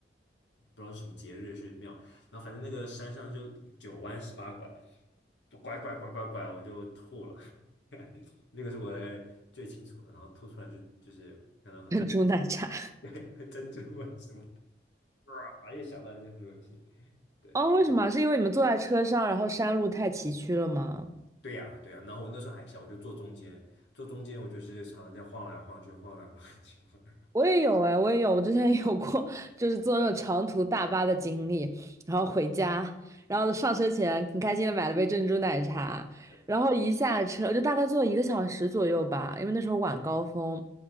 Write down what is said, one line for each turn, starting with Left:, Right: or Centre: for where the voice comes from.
Left: 不知道是什么节日去庙，然后反正那个山上就九弯十八拐，就拐拐拐拐拐，我就吐了。<laughs> 那个是我大概最清楚的，然后吐出来就就是看到很多。
Right: <laughs> 珍珠奶茶。
Left: <laughs> 珍珠啊什么的，哇，一想到就很恶心。
Right: <laughs>
Left: 对，
Right: 哦，为什么？是因为你们坐在车上，然后山路太崎岖了吗？
Left: 对呀，对呀。然后我那时候还小，我就坐中间，坐中间我就是常常在晃来晃去，晃来晃去，晃来晃
Right: 我也有哎，我也有，我之前有过，就是坐那种长途大巴的经历，然后回家，然后上车前很开心的买了杯珍珠奶茶，
Left: 去
Right: 然后一下车就大概坐一个小时左右吧，因为那时候晚高峰，